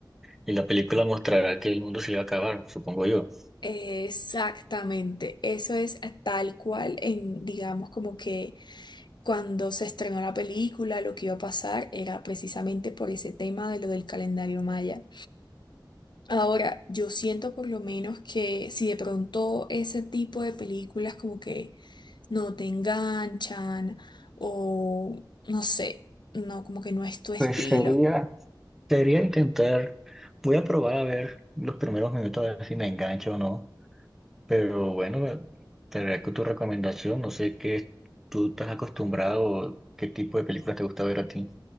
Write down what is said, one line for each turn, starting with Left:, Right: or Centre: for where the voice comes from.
Centre: y la película mostrará que el mundo se iba a acabar, supongo yo.
Left: Exactamente, eso es tal cual en, digamos, como que cuando se estrenó la película, lo que iba a pasar era precisamente por ese tema de lo del calendario maya. Ahora, yo siento por lo menos que si de pronto ese tipo de películas como que no te enganchan o no sé, no, como que no es tu estilo.
Centre: Pues sería, sería intentar, voy a probar a ver los primeros minutos a ver si me engancho o no. Pero bueno, me- te agradezco tu recomendación. No sé qué tú estás acostumbrado, qué tipo de películas te gusta ver a ti.